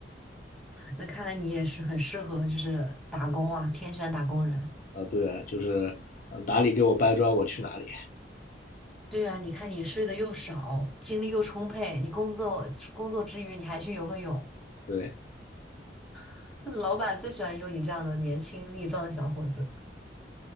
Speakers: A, in the centre; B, on the left.
A: 那看来你也是很适合，就是打工啊，天选打工人。
B: 啊、呃对啊，就是呃哪里给我搬砖，我去哪里。
A: 对啊，你看你睡得又少，精力又充沛，你工作工作之余你还去游个泳，
B: 对，
A: <laughs> 老板最喜欢用你这样的年轻力壮的小伙子。